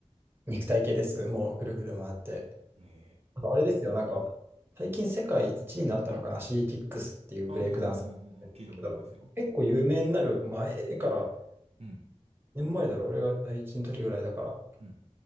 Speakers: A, on the right; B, on the right.
A: 肉体系です。もうぐるぐる回って。
B: え
A: あとあれですよ、なんか、最近世界一になったのかな、シーキックスっていうブレイクダンサーやってるんですけど、
B: ー。うんうんうんうんうん聞いたことありますよ。
A: 結構有名になる前から、
B: うん。
A: 年前だろ、俺が第一の時ぐらいだから、
B: うん。